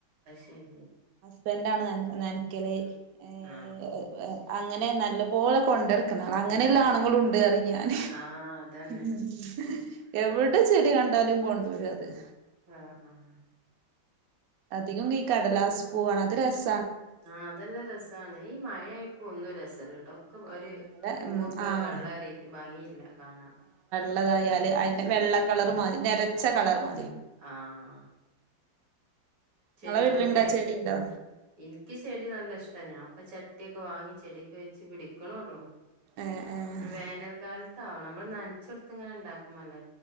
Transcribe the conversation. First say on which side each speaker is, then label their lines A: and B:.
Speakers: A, on the right; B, on the right.
A: ഉം ഉം
B: ഇപ്പ എന്താണ് നനക്കലേ ഏ
A: ആ
B: <unintelligible> അങ്ങനെ നല്ലപോലെ കൊണ്ടെടുക്കണം അങ്ങനെല്ലാ ആണുങ്ങളുണ്ട് അറി- ഞാൻ
A: ആ ആ അതന്നെ
B: - എവിടെ ചെടി കണ്ടാലും കൊണ്ട വരാതെ-
A: ആഹ ആഹ്
B: അധികം ഈ കടലാസ് പോവാണ് അത് രസ
A: ആഹ അതെല്ലാം രസമാണ് ഈ മഴയായിപ്പോ ഒന്നും രസം ചെല്ലട്ടോ <unintelligible> നക്ക
B: ആഹ്
A: ഒരു
B: മഴ
A: പൂവൊക്കെ
B: ഉം ആഹ്
A: വെള്ള റേറ്റ് ഭംഗിയില്ല കാണാം
B: അല്ലതായ അ വെള്ള കളർ മാതി നിര പച്ച കളർ വ
A: ആഹ ചെടികളൊക്കെ
B: ഇങ്ങളെ വീട്ടിലുണ്ടോ ചെടി ഇണ്ടോ
A: എനിക്ക് ചെടി നല്ല ഇഷ്ടമാണ് ഞാൻപ്പ ചട്ടിയൊക്കെ വാങ്ങി ചെടി വെച്ച് പിടിക്കണള്ളോ
B: ഏഹ് ഏഹ്
A: വേനൽക്കാല- അതാവോ നമ്മള് നനച്ച കൊടുത്ത് ഇങ്ങനെ ഉണ്ടാക്കുംല്ല